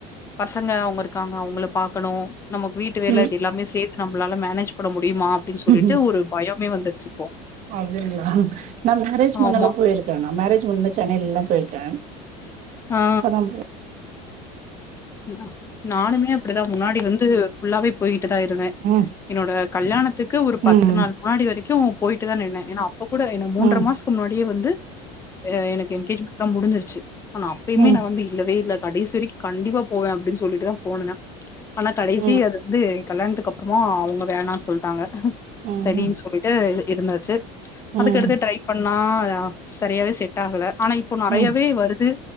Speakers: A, on the left; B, on the right.
A: பசங்க அவுங்க இருக்காங்க அவுங்கள பாக்கனு நமக் வீட்டு வேல
B: ம் ம்
A: இது எல்லாமே செத்து நம்பலால மேனேஜ் பண்ண முடியுமா அப்டின் சொல்லிட்டு
B: ம்
A: ஒரு பயமே வந்துருச்சி
B: அப்டிங்களா நா மேரேஜ் முன்னல்லா
A: ஆமா.
B: போயிருக்க நா மேரேஜ் முன்ன சென்னையிலல்லா போயிருக்க
A: ஆ.
B: கெளம்பு
A: நா நானுமே அப்டிதா முன்னாடி வந்து ஃபுல்லாவே போயிட்டு தா இருந்தே
B: ம் ம்
A: என்னோட கல்யாணத்துக்கு ஒரு பத்து
B: ம்
A: நாள் முன்னாடி வரைக்கு போயி்ட்டு தா நின்னா ஏனா அப்ப கூட என்ன மூன்றமாச
B: ம்
A: முன்னாடியே வந்து எனக்கு என்கேஜ்மென்ட்னா முடிஞ்சிருச்சு ஆனா அப்பயுமே
B: ம்
A: நா வந்து இல்லவே இல்ல கடைசி வரைக்கு கண்டிப்பா போவே அப்டின் சொல்லிட்டுதா போனனா ஆனா கடைசி
B: ம்
A: அது வந்து கல்யாணத்துக்கு அப்புறமா அவுங்க வேணா சொல்டாங்க
B: ம்
A: செரின்
B: ம்
A: சொல்லி ட்டு இருந்தாச்சி
B: ம்,
A: அதுகடுத்து ட்ரை பண்ணா அ சரியாவே செட்டே ஆகல ஆனா இப்போ நெறையாவே
B: ம்,
A: வருது